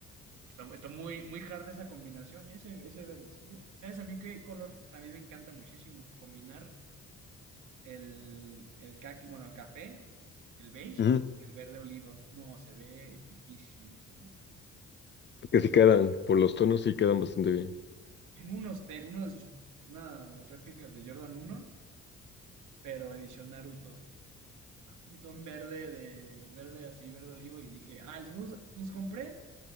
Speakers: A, on the right (about 80°); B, on the left (about 35°).
A: Está, está muy, muy hard esa combinación, ese, ese verdecillo. ¿Sabes a mí qué color también me encanta muchísimo combinar? el, el caqui, bueno, el café, el beige,
B: Ujú.
A: con el verde olivo. No, se ve epiquísimo eso, ¿eh?
B: que sí quedan, por los tonos sí quedan bastante bien.
A: Tengo unos, te- unos, unas réplicas de Jordan uno pero edición Naruto. Y son verde de, verde así, verde olivo. Y dije, ah, los, dos- los compré,